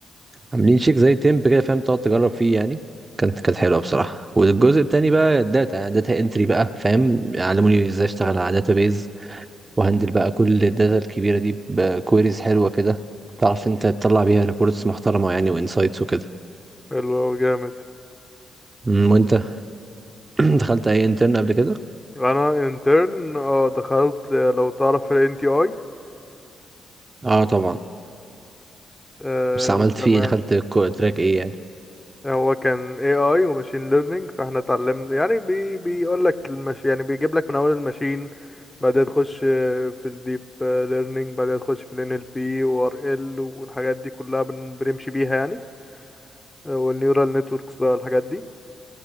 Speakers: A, on the right; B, on the left.
A: عاملين شيك زي تيمب كده فاهم تقعد تجرب فيه يعني كانت كانت حلوه بصراحه والجزء التاني بقى الداتا يعني داتا انتري بقى فاهم علموني ازاي اشتغل على داتا بيز وهندل بقى كل الداتا الكبيره دي بكويريز حلوه كده تعرف انت تطلع بيها ريبورتس محترمه يعني وانسايتس وكده
B: حلو أوي، جامد
A: أمم، وانت <clears throat> دخلت اي انترن قبل كده
B: انا انترن اه دخلت آه، لو تعرف ال NTI
A: اه طبعا
B: آه
A: بس عملت
B: تمام
A: فيه إيه؟ دخلت كو- تراك ايه يعني
B: هو كان AI وماشين ليرنينج فاحنا اتعلمنا يعني بي بيقول لك المش يعني بيجيب لك من اول الماشين بعدها تخش آه، في الديب ليرنينج بعدها تخش في الان ال NLP و RL والحاجات دي كلها بن- بنمشي بيها يعني آه، والنيورال نتوركس بقى والحاجات دي